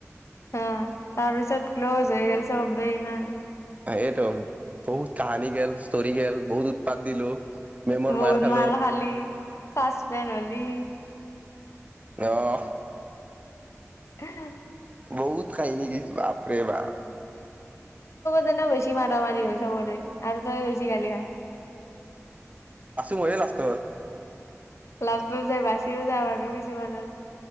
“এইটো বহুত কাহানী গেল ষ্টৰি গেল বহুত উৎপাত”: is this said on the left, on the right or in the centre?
Right